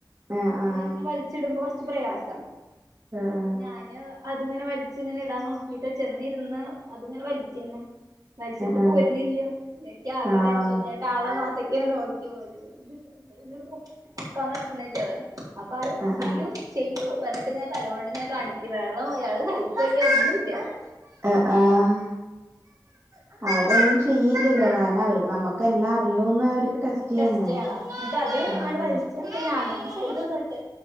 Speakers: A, on the right; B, on the right.
A: ആഹ് ആഹ്
B: അഹ് ഇങ്ങനെ വലിച്ചിടുമ്പോ കൊറച്ച് പ്രയാസ ഇന്ന്ട്ട്
A: ആഹ്
B: ഞാന്. അതിങ്ങനെ വലിച്ച ഇങ്ങനെ ഇടാൻ നോക്കിട്ട് ചെന്നിരുന്ന് അത്ങ്ങനെ വലിക്കന്നെ. വലിച്ചിട്ട്
A: ആഹ്
B: പോരണില്ല ഇക്ക് ആകെ
A: ആഹ്
B: ടെൻഷൻ ഞന്നട്ട് ആളെ മോത്ത്ക്കന്നെ നോക്കിപോയി ഇങ്ങട്ട് പൊക്കാൻ പറ്റണില്ലന്നെ അപ്പാള്
A: ആഹ്
B: ചെയ്യൂ.
A: ആഹ്
B: ചെയ്യൂ പറഞ്ഞിട്ട് ഇങ്ങനെ തലോണ്ട് ഇങ്ങനെ കാണിക്ക വേറെ അയാള് ഹെല്പ് ചെയ്യ ഒന്നും ഇല്ല.
A: അഹ് ആഹ്.
B: ഒന്നുല്ല
A: അവരൊന്നും ചെയ്യില്ലല്ലോ കാരണം അവർ നമ്മക്ക് എല്ലാം അറിയൂന്ന് അവർക്ക് ടെസ്റ്റ്. ചെയ്യണ്ടേ
B: ടെസ്റ്റ്യ്യണ് ഇന്നിട്ട് അത്
A: അതന്നെ
B: ആട്ട് വലിച്ച ഞാൻ തന്നെ ചെയ്തുന്നിട്ട്